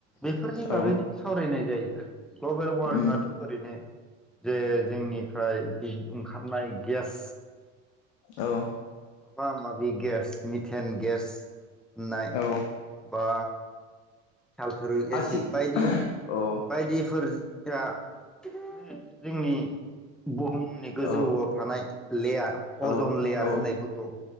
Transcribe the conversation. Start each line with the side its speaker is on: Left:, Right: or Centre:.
Centre: बेफोरनि बागैनो
Left: औ
Centre: सावरायनाय जायो ग्लबेल वारमिंआथ'
Left: उम
Centre: ओरैनो जे जोंनिफ्राय बे ओंखारनाय गेस
Left: औ
Centre: माबा माबि गस मि हेन गेस होननाय
Left: औ
Centre: बा सालफारिक
Left: आथि
Centre: एसिड बायदि
Left: औ
Centre: बायदिफोर <unintelligible> जोंनि ग फुंनि गोजौआव
Left: औ
Centre: थानाय लेयार
Left: औ
Centre: अजन लेयार
Left: औ
Centre: होननायफोरखौ